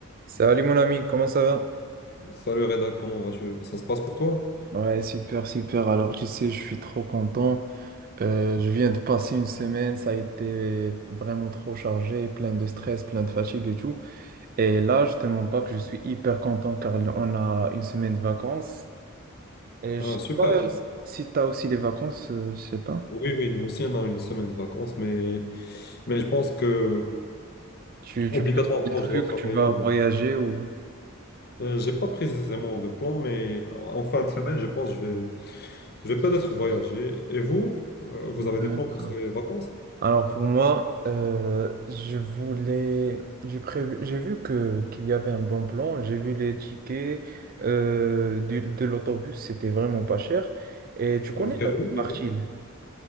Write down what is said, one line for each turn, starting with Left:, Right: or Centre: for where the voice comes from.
Right: Salut mon ami, comment ça va?
Left: Salut Reda, comment vas-tu? Ça se passe pour toi?
Right: Ouais, super, super. Alors, tu sais, je suis trop content. Euh, je viens de passer une semaine, ça a été vraiment trop chargé, plein de stress, plein de fatigue et tout. Et là, je te mens pas que je suis hyper content car on a une semaine de vacances. Et
Left: Ah,
Right: je sais
Left: super.
Right: pas si t'as aussi les vacances, euh, je sais pas.
Left: Oui, oui, nous aussi, on a une semaine de vacances, mais, mais je pense que
Right: Tu,
Left: obligatoirement,
Right: tu prépares des trucs,
Left: je dois travailler.
Right: tu vas voyager ou...
Left: Euh, j'ai pas précisément de plan, mais en fin de semaine, je pense que je vais, je vais peut-être voyager. Et vous, Euh, vous
Right: D'accord.
Left: avez des plans pour ces vacances?
Right: Alors pour moi, euh, je voulais, j'ai prévu, j'ai vu que qu'il y avait un bon plan. J'ai vu les tickets euh, du- de, l'autobus, c'était vraiment pas cher. Et tu connais
Left: Vers
Right: la ville
Left: où? Vers
Right: Martil?
Left: où